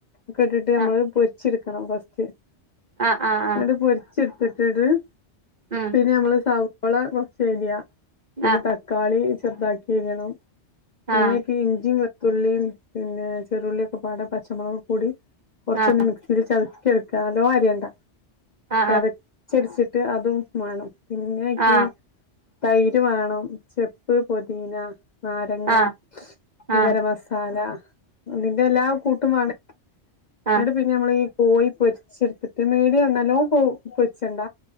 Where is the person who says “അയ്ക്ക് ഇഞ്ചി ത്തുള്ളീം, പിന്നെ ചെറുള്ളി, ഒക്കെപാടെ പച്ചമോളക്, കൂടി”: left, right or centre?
Left